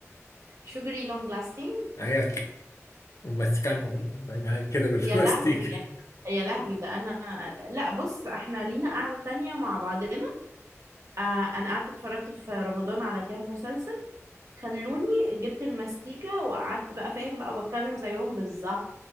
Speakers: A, on the right (about 75°); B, on the left (about 70°).
A: شوجري لونج لاستنج
B: هي ماسكان كده بالماستيك
A: يا لهوي يا يا لهوي ده انا لا بص احنا لينا قعدة تانية مع بعضنا آه انا قعدت اتفرجت في رمضان على كام مسلسل خلوني جبت الماستيكة وقعدت بقى فاهم بقى وبتكلم زيهم بالظبط